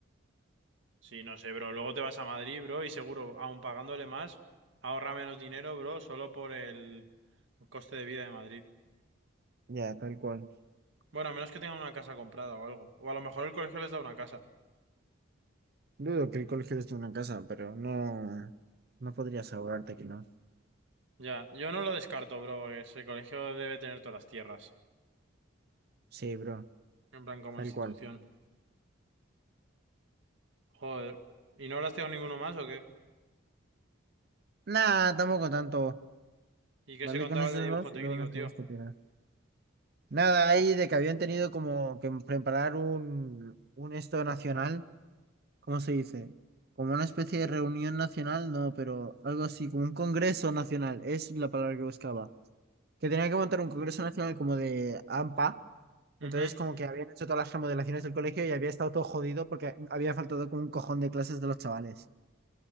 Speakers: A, on the right (about 65°); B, on the right (about 50°).
A: Sí, no sé, bro. Luego te vas a Madrid, bro, y seguro, aun pagándole más, ahorra menos dinero, bro, solo por el coste de vida de Madrid.
B: Ya, tal cual.
A: Bueno, a menos que tengan una casa comprada o algo. O a lo mejor el colegio les da una casa.
B: Dudo que el colegio esté en una casa, pero no, no podría asegurarte que no.
A: Ya, yo no lo descarto, bro, porque ese colegio debe tener todas las tierras,
B: Sí, bro,
A: en plan como
B: tal
A: institución.
B: cual.
A: Joder, ¿y no hablaste con ninguno más o qué?
B: Nah, tampoco tanto.
A: ¿Y qué
B: Vale
A: se contaba
B: con esos
A: el de dibujo
B: dos
A: técnico,
B: y luego nos
A: tío?
B: tenemos que tirar. Nada, ahí de que habían tenido como que preparar un, un esto nacional, ¿cómo se dice? Como una especie de reunión nacional, no, pero algo así, como un congreso nacional, es la palabra que buscaba. Que tenían que montar un congreso nacional como de AMPA,
A: Ujú.
B: entonces como que habían hecho todas las remodelaciones del colegio y había estado todo jodido porque había faltado como un cojón de clases de los chavales.